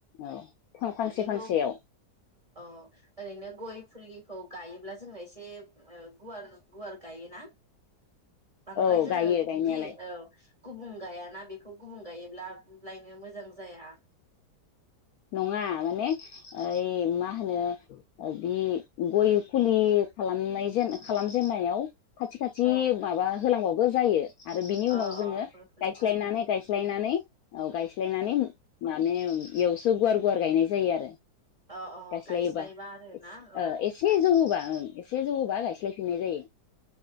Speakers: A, on the left (about 70°); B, on the right (about 20°).
A: औ फां फांसे
B: बेखौ
A: फांसेयाव
B: औ ओरैनो गय फुलिखौ गायोब्ला जोंना एसे खायसे गुवार -गुवार गायो ना बांद्राय
A: औ
B: जोङो
A: गायो गायनायालाय
B: गे ओ गुबुं गायाना बेखौ गुबुं गायोब्ला लायनो मोजां जाया
A: नङा माने ओइ मा होनो बि गय फुलि खालामनाय जेन खालामजेननायाव खाथि -खाथि
B: औ
A: माबा होलांबावो बो जायो आरो बिनि
B: अ
A: उनाव जोङो
B: गय फुलि
A: गायस्लायनानै
B: खालामबा
A: -गायस्लायनानै औ गायस्लायनानै माने एवासो ज गुवार- गुवार गायनाय जायो आरो
B: अ अ
A: गायस्लायोबा
B: गायस्लायबा आरोना
A: एस
B: औ
A: एसे जौ होबा ओ एसे जौहोबा गायस्लायफिननाय जायो